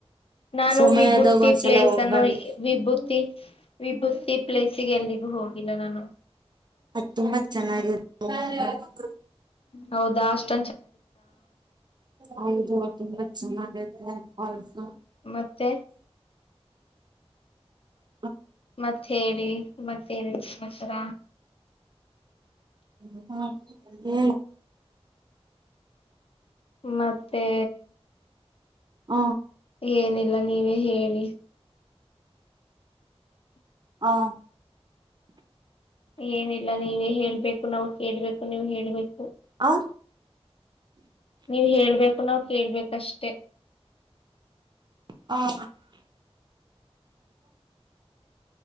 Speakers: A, on the left; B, on the right.
A: ನಾನು
B: ಸಮಯದಾಗ
A: ವಿಭೂತಿ
B: ಒಂದ್ಸಲ
A: ಪ್ಲೇಸ್
B: ಹೋಗ್
A: ಅನ್ನು
B: ಬನ್ನಿ
A: ವಿಭತಿ ವಿಭೂತಿ ಪ್ಲೇಸಿಗೆ ಎಲ್ಲಿಗೂ ಹೋಗಿಲ್ಲ ನಾನು
B: ಅದು ತುಂಬಾ ಚೆನ್ನಾಗಿ ಇರುತ್ತೆ
A: ಹೌದಾ ಅಷ್ಟ
B: ಹೌದು ತುಂಬಾ ಚನ್ನ ಬ ಹಸ
A: ಮತ್ತೆ
B: ಹ
A: ಮತ್ತ ಹೇಳಿ ಮತ್ತ ಹೇಳಿ ಸಮಾಚಾರ
B: ಹ ಹೇ
A: ಮತ್ತೆ
B: ಹ
A: ಏನಿಲ್ಲ ನೀವೇ ಹೇಳಿ ಹ
B: ಹಾ
A: ಏನಿಲ್ಲ ನೀವೇ ಹೇಳ್ಬೇಕು ನಾವು ಹೇಳ್ಬೇಕು ನೀವು ಹೇಳ್ಬೇಕು
B: ಆ
A: ನೀವ್ ಹೇಳ್ಬೇಕು ನಾವ್ ಕೇಳ್ಬೇಕಷ್ಟೇ
B: ಹಾ